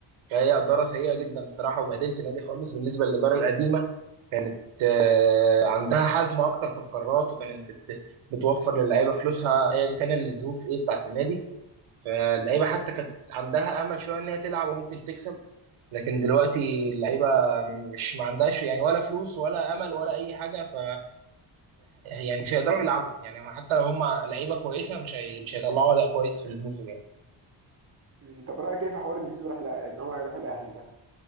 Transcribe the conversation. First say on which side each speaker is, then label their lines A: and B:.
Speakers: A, on the right (about 80°); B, on the right (about 30°).
A: فهي اداره سيئه جدا الصراحه وبهدلت النادي خالص بالنسبه للاداره القديمه كانت آه، عندها حزم اكتر في القرارات وكانت بت بتوفر للعيبه فلوسها ايا كان الظروف ايه بتاعت النادي فاللعيبه حتى كانت عندها امل شويه ان هي تلعب وممكن تكسب لكن دلوقتي اللعيبه مش ما عندهاش يعني ولا فلوس ولا امل ولا اي حاجه ف يعني مش هيقدروا يلعبوا يعني حتى لو هم لعيبه كويسه مش هي... مش هيطلعوا اداء كويس في الموسم يعني
B: مم، طب رايك ايه في حوار ان زيزو راح لأ- ان هو هيروح الاهلي ده